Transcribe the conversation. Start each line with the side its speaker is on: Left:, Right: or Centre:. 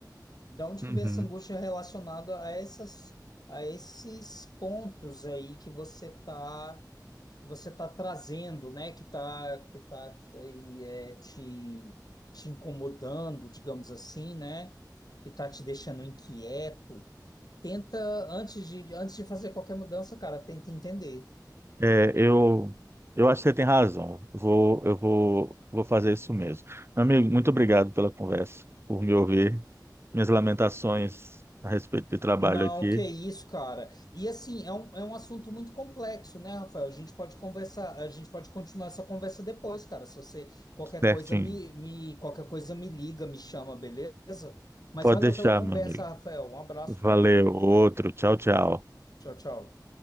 Left: Da onde
Right: Uhum.
Left: que vem essa angústia relacionada a essas, a esses pontos aí que você tá, você tá trazendo, né? Que tá, que tá aí, é, te, te incomodando, digamos assim, né? Que tá te deixando inquieto. Tenta, antes de, antes de fazer qualquer mudança, cara, tenta entender.
Right: é, eu, eu acho que você tem razão. Vou, eu vou, vou fazer isso mesmo. Meu amigo, muito obrigado pela conversa, por me ouvir. Minhas lamentações a respeito de trabalho
Left: Não,
Right: aqui,
Left: que isso, cara. E assim, é um, é um assunto muito complexo, né, Rafael? A gente pode conversar, a gente pode continuar essa conversa depois, cara. Se você qualquer
Right: certinho.
Left: coisa me, me qualquer coisa me liga, me chama, beleza? Mas
Right: Pode
Left: valeu
Right: deixar,
Left: pela conversa,
Right: meu amigo.
Left: Rafael. Um abraço,
Right: Valeu,
Left: cara.
Right: outro. Tchau, tchau.
Left: Tchau, tchau.